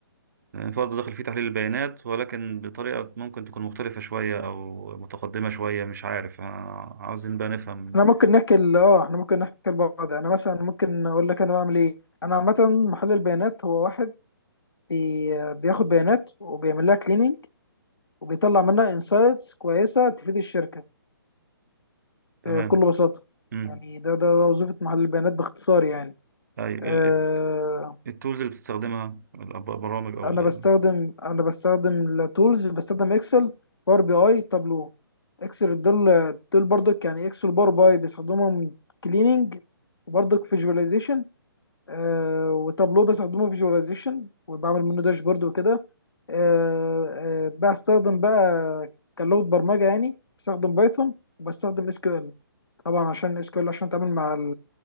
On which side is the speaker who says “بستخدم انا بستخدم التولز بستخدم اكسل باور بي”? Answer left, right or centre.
Left